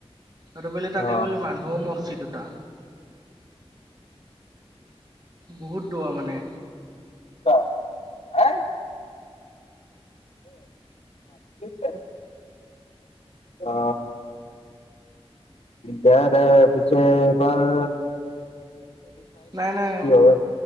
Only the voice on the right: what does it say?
আৰু বোলে তাতে
বোলে মানুহও মৰছি দুটা। বহুত দুৱা মানে।
নাই নাই